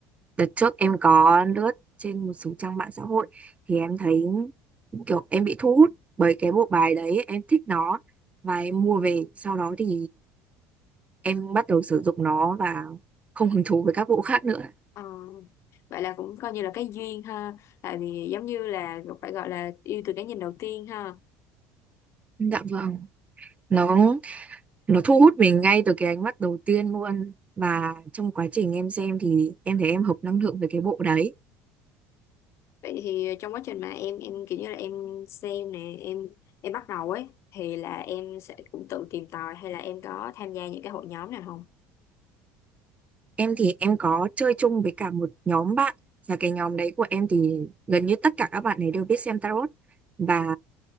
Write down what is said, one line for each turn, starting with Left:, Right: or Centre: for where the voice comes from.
Right: đợt trước em có lướt trên một số trang mạng xã hội thì em thấy kiểu em bị thu hút bởi cái bộ bài đấy em thích nó và em mua về sau đó thì em bắt đầu sử dụng nó và không hứng thú với các bộ khác nữa
Left: Ờ, vậy là cũng coi như là cái duyên ha, tại vì giống như là phải gọi là yêu từ cái nhìn đầu tiên ha.
Right: dạ vâng nó nó thu hút mình ngay từ cái ánh mắt đầu tiên luôn và trong quá trình em xem thì em thấy em hợp năng lượng với cái bộ đấy
Left: Vậy thì trong quá trình mà em em kiểu như là em xem nè, em em bắt đầu ấy thì là em sẽ cũng tự tìm tòi hay là em có tham gia những cái hội nhóm nào không?
Right: em thì em có chơi chung với cả một nhóm bạn và cái nhóm đấy của em thì gần như tất cả các bạn ấy đều biết xem tarot và